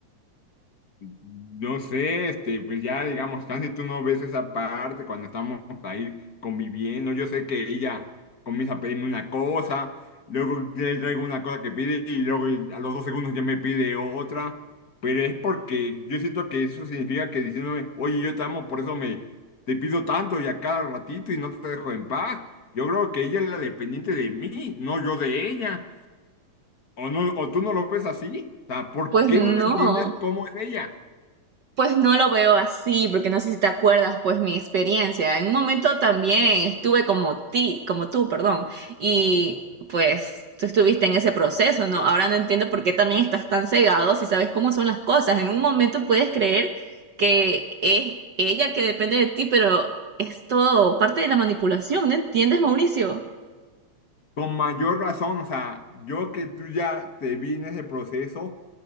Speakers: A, on the left; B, on the right.
A: No sé, este, pues ya digamos, casi tú no ves esa parte cuando estamos ahí conviviendo. Yo sé que ella comienza a pedirme una cosa, luego le traigo una cosa que pide y luego a los dos segundos ya me pide otra. Pero es porque yo siento que eso significa que diciéndome, oye, yo te amo, por eso me te pido tanto y a cada ratito y no te dejo en paz. Yo creo que ella es la dependiente de mí, no yo de ella. O no, o tú no lo ves así. O sea, ¿por
B: Pues
A: qué
B: no.
A: no entiendes cómo es ella?
B: Pues no lo veo así, porque no sé si te acuerdas, pues mi experiencia. En un momento también estuve como ti, como tú, perdón, y pues tú estuviste en ese proceso, ¿no? Ahora no entiendo por qué también estás tan cegado si sabes cómo son las cosas. En un momento puedes creer que es ella que depende de ti, pero es todo parte de la manipulación, ¿no entiendes, Mauricio?
A: Con mayor razón, o sea, yo que tú ya te vi en ese proceso,